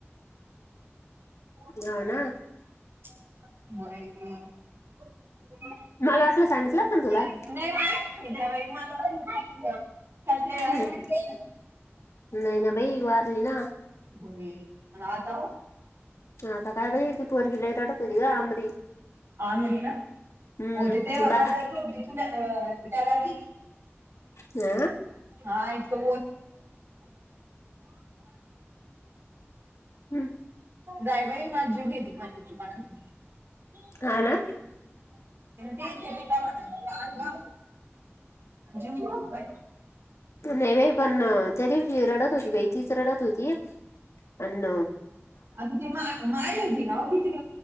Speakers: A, on the right; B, on the left.
A: <inaudible>
B: हो ना
A: <inaudible>
B: मला वाटलं सांगितलं पण तुला
A: <unintelligible>
B: हं
A: ऍडमिट
B: नाही ना बाई वारली ना.
A: होय आणि आता?
B: हा का काय बई ती पोरगी लय रडत होती ग
A: <unintelligible>
B: हम्म
A: होती ते <unintelligible>
B: बा हा हा
A: हा एक <unintelligible>
B: हं
A: जाय बाई माझ जीव घेते? क मा <inaudible>
B: हा ना.
A: ते ते काय म्हणा जीव घेती का बाई.
B: नाही बाई पण त्या दिवशी रडत होती बाई तीच रडत होती अण
A: आता ती मा माहेरी होती ना किती